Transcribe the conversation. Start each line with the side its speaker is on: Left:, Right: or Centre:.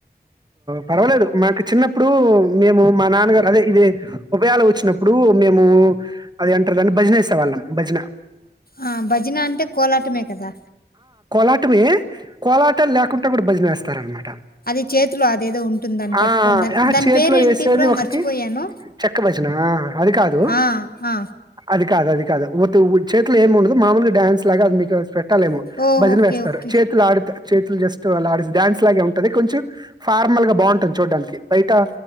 Right: పర్వాలేదు మాకు చిన్నప్పుడు మేము మా నాన్నగారు అదే ఇదే ఉభయాలు వచ్చినప్పుడు మేము అది అంటారు దాన్ని భజనేసే వాళ్ళం భజనా
Left: ఆ భజనా అంటే కోలాటమే కదా
Right: పాటుమే కోలాటాలు లేకుండా కూడా భజన వేస్తార అనమాట
Left: అది చేతిలో అదేదో ఉంటుంది దాన్ని
Right: ఆ
Left: పట్టుకొని దాని దాని
Right: చే
Left: పేరేంటి
Right: ఇట్లో వేసేది
Left: బ్రో
Right: ఒకటి
Left: మర్చిపోయాను
Right: చెక్క భజన అది కాదు
Left: ఆ ఆ
Right: అది కాదు అది కాదు మత్ చేత్తులు ఏం ఉండదు మామూలుగా డాన్స్ లగా అది మీకు పెట్టాలేమో
Left: ఓ
Right: భజన
Left: ఓకే
Right: వేస్తారు
Left: ఓకే
Right: చేతులు ఆడుత చేతులు జస్ట్ అలా ఆడి డన్స్ లాగ ఉంటది కొంచెం ఫార్మల్ గా బాగుంటుంది చూడానికి బయట